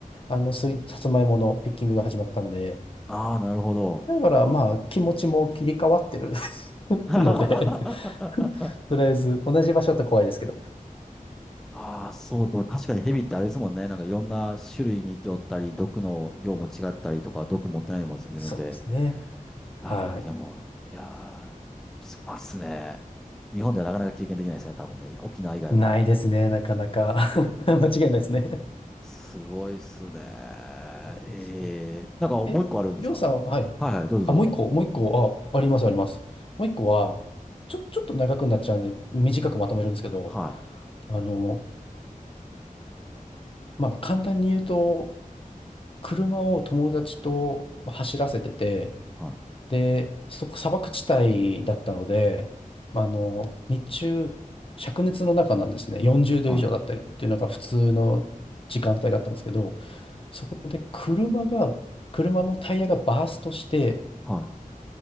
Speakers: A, on the left; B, in the centre.
A: あの、すい、さつまいものピッキングが始まったんで。
B: あー、なるほど。
A: だから、まあ、気持ちも切り替わってる <laughs>
B: <laughs>
A: ので <laughs> とりあえず、同じ場所だったら怖いですけど。
B: ああ、そう、でも確かにヘビってあれですもんね。なんかいろんな種類にいておったり、毒の量も違ったりとか、毒持ってないのもいもいるんで。
A: そうですね。
B: ああ、
A: はい。
B: でも、いやー、すごいっすね。日本ではなかなか経験できないですね、多分ね。沖縄以外は。
A: ないですね、なかなか。<laughs> 間違いないですね。
B: すごいっすね。
A: そうなんですよ。
B: ええ。なんかもう一個あるんですかはいはい、
A: え、りょうさん、はい。
B: どうぞどうぞ。
A: あ、もう一個、もう一個、あ、あります、あります。もう一個は、ちょ、ちょっと長くなっちゃうんで、短くまとめるんですけど、
B: はい、
A: あの、まあ、簡単に言うと、車を友達と走らせてて、
B: はい、
A: で、そこ、砂漠地帯だったので、まあ、あの、日中、灼熱の中なんですね、40度以上だったりっていうのが普通の時間帯だったんですけど、
B: はい、
A: そこで車が、車のタイヤがバーストして、
B: はい、